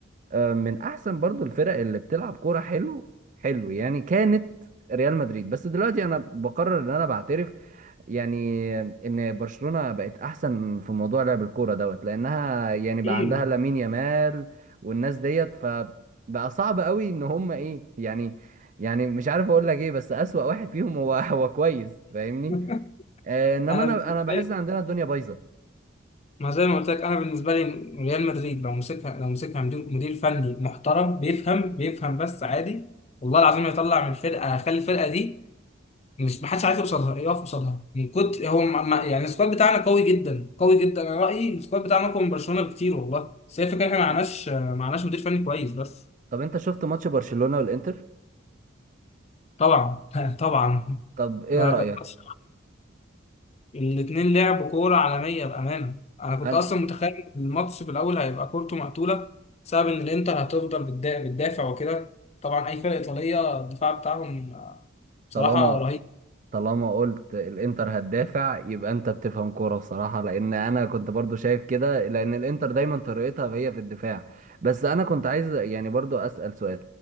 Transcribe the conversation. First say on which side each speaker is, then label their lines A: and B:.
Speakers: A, on the right; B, on the left.
A: آه، من احسن برضو الفرق اللي بتلعب كوره حلو حلو يعني كانت ريال مدريد بس دلوقتي انا بقرر ان انا بعترف يعني ان برشلونة بقت احسن في موضوع لعب الكورة دوت لانها يعني بقى
B: ايه
A: عندها لامين يامال والناس ديت فبقى صعب قوي ان هم ايه يعني يعني مش عارف اقول لك ايه بس اسوأ واحد فيهم هو <laughs> هو كويس فاهمني
B: <laughs>
A: آه انما
B: انا
A: انا
B: بالنسبه
A: انا بحس
B: لي
A: عندنا الدنيا بايظة
B: ما زي ما قلت لك انا بالنسبه لي ريال مدريد لو مسكها لو مسكها مدير مدير فني محترم بيفهم بيفهم بس عادي والله العظيم هيطلع من الفرقه هيخلي الفرقه دي مش محدش عارف يوصل لها يقف قصادها من كنت هو ما ما- يعني السكواد بتاعنا قوي جدا قوي جدا انا رايي السكواد بتاعنا اقوى من برشلونه بكتير والله بس هي الفكره احنا ما معناش ما معناش مدير فني كويس بس
A: طب انت شفت ماتش برشلونة والانتر
B: طبعا <laughs> طبعا
A: طب ايه
B: ما
A: رأيك
B: كان ماتش الاثنين لعبوا كوره عالميه بامانه انا كنت
A: انا
B: اصلا متخيل الماتش في الاول هيبقى كورته مقتوله بسبب ان الانتر هتفضل بتدا- بتدافع وكده طبعا اي فرقه ايطاليه الدفاع بتاعهم آه، بصراحه
A: طالما
B: رهيب
A: طالما قلت الانتر هتدافع يبقى انت بتفهم كوره بصراحه لان انا كنت برضو شايف كده لان الانتر دايما طريقتها هي في الدفاع بس انا كنت عايز يعني برضو اسال سؤال